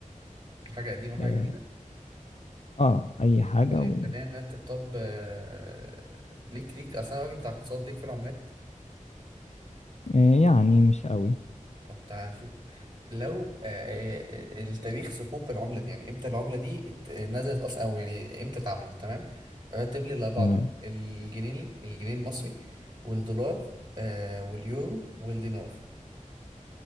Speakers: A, on the right; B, on the left.
A: حاجة قديمة حاجة
B: اه
A: جديدة
B: آه، أي حاجة
A: طيب
B: و...
A: خلينا نرتب طب آه ليك ليك أصلا راجل بتاع اقتصاد ليك في العملات
B: آه، يعني مش قوي
A: طب تعال نشوف لو آه، آه، آه، التاريخ صكوك العملة دي يعني امتى العملة دي ات- نزلت اصلا او يعني امتى اتعملت تمام رتب لي الاربعة
B: تمام
A: دول الجنيه الجنيه المصري والدولار آه، واليورو والدينار